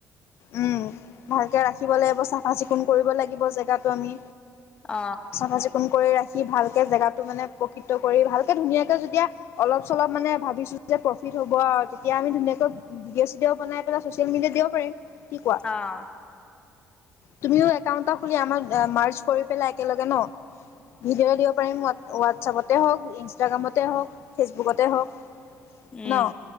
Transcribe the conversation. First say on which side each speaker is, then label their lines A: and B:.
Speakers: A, on the left; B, on the left.
A: উম, ভালকে ৰাখিব লাগিব চাফা চিকুণ কৰিব লাগিব জেগাটো আমি
B: অ
A: চাফা চিকুণ কৰি ৰাখি ভালকে জেগাটো মানে প্ৰকৃত কৰি ভালকে ধুনীয়াকে যেতিয়া অলপ চলপ মানে ভাবিছো যে প্ৰফিট প্ৰফিট হ'ব আৰু তেতিয়া আমি ধুনীয়াকৈ ভিডিঅ চিডি বনাই পেলাই চচিয়েল মিডিয়াত দিব পাৰিম। কি কোৱা?
B: অ'
A: তুমিও একাউণ্টটা খুলি আমাৰ মাৰ্চ কৰি পেলাই একেলগে ন' ভিডিঅ' দিব পাৰিম হোৱাট হোৱাটছআপতে হওক ইনষ্টাগ্ৰামতে হওক ফেচবুকতে হওক
B: উম
A: ন,